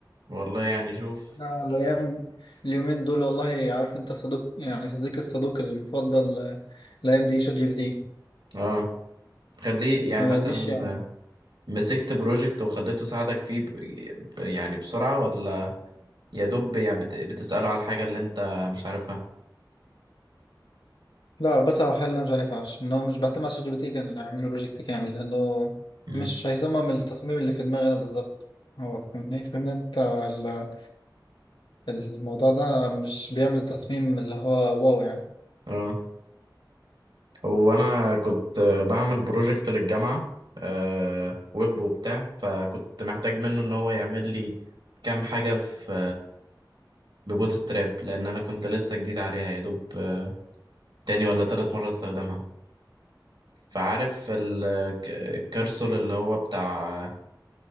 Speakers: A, on the right; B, on the left.
A: والله يعني شوف
B: بس أنا الأيام اليومين دول والله عارف أنت صديق يعني صديق الصدوق المفضل آه، الأيام دي شات جي بي تي
A: اه خليه يعني
B: ما
A: مثلا
B: بديش
A: مسكت بروجكت وخليته ساعدك فيه ب... ب- يعني بسرعة ولا يا دوب يعني بت... بتسأله على الحاجة اللي انت مش عارفها
B: لا بصراحة الحل اللي أنا مش عارف عارف إن هو مش بعتمد على شات جي بي تي كان أعمل له بروجكت كامل لأنه
A: مم.
B: مش هيصمم التصميم اللي في دماغي أنا بالظبط هو فهمني فهمني أنت ال- الموضوع ده مش بيعمل تصميم اللي هو واو يعني
A: اه هو انا كنت بعمل بروجكت للجامعة أه ويب وبتاع فكنت محتاج منه ان هو يعمل لي كام حاجة في ببوت ستراب لان انا كنت لسه جديد عليها يا دوب آه، تاني ولا تالت مره استخدمها فعارف ال- ك- الكارسول اللي هو بتاع